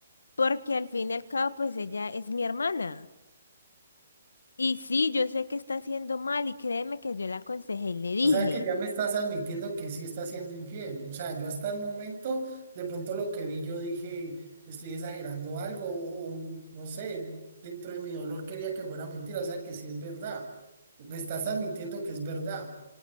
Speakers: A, on the left (about 90°); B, on the right (about 40°).
A: porque al fin y al cabo, pues ella es mi hermana. Y sí, yo sé que está haciendo mal y créeme que yo la aconsejé y le dije,
B: o sea que ya me estás admitiendo que sí estás siendo infiel. O sea, yo hasta el momento, de pronto lo que vi, yo dije, estoy exagerando algo o, o no sé, dentro de mi dolor quería que fuera mentira, o sea que sí es verdad. Me estás admitiendo que es verdad.